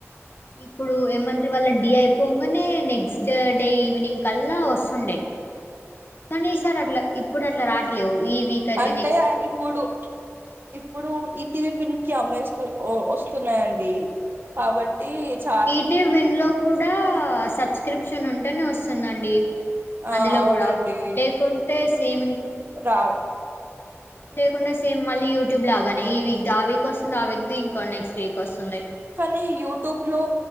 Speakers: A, on the left (about 50°); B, on the right (about 45°).
A: ఇప్పుడు ఏమంటరు వాళ్ళ డీ అయిపోగానే నెక్స్ట్ డే ఈవినింగ్ కల్లా వస్తుండే కానీ ఈ సార్ అట్లా ఇప్పుడు అట్లా రాట్లేవు ఈ వీక్ అయితే
B: అంటే
A: నెక్స్ట్
B: ఇప్పుడు ఇప్పుడు ఇప్ టి వి ల గురించి అమ్మేస్తు వస్తున్నాయండి కాబట్టి చ
A: ఈటీవి విన్ లో కూడా సబ్స్క్రిప్షన్ ఉంటేనే వస్తుందండి
B: ఆ
A: అందులో
B: అవునండి
A: కూడా లేకుంటే సేమిం
B: రావు
A: లేకుంటే సేమ్ మళ్ళీ యూట్యూబ్ లాగానే ఈ వీక్ ద ఆ వీక్ వస్తుంది ఆ వీక్ ద ఇంకా నెక్స్ట్ వీక్ వస్తుంది
B: కానీ యూట్యూబ్ లో